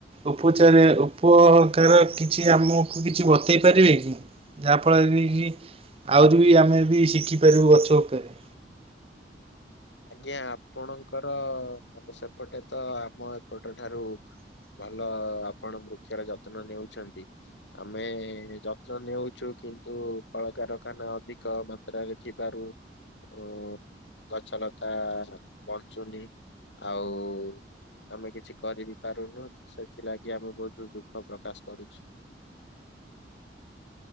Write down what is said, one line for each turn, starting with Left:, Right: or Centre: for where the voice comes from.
Right: ଉପଚାରେ ଉପକାର କିଛି ଆମୁକୁ କିଛି ବତେଇ ପାରିବେ କି? ଯାହାଫଳରେ କି କି ଆହୁରି ବି ଆମେ ଜେଦି ଶିଖିପାରିବୁ ଗଛ ଉପେରେ।
Left: ଆଜ୍ଞା ଆପଣଙ୍କର ସେପଟେ ତ ଆମ ଏପଟ ଠାରୁ ଭଲ ଆପଣ ବୃକ୍ଷର ଯତ୍ନ ନେଉଛନ୍ତି। ଆମେ ଯତ୍ନ ନେଉଛୁ କିନ୍ତୁ କଳକାରଖାନା ଅଧିକ ମା ମାତ୍ରାରେ ଥିବାରୁ ଗ ଗଛ ଲ ତା ବଞ୍ଚୁନି ଆଉ ଆମେ କିଛି କରିିବି ପାରୁନୁ ସେଥିଲାଗି ଆମେ ବୋହୁତୁ ଦୁଃଖ ପ୍ରକାଶ କରୁଛୁ।